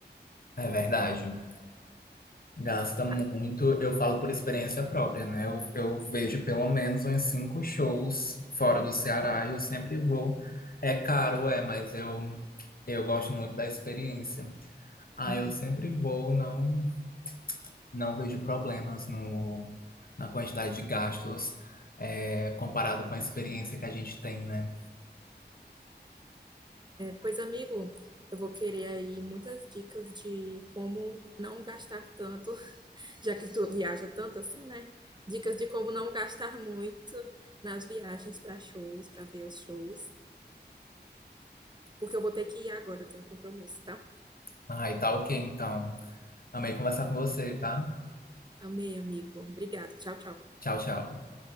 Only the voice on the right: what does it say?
Ah,
uhum.
Pois, amigo, eu vou querer aí muitas dicas de como não gastar tanto, <laughs> já que tu viaja tanto assim, né? Dicas de como não gastar muito nas viagens para shows, para ver os shows, porque eu vou ter que ir agora, eu tenho um compromisso, tá?
Amei, amigo. Obrigada. Tchau, tchau.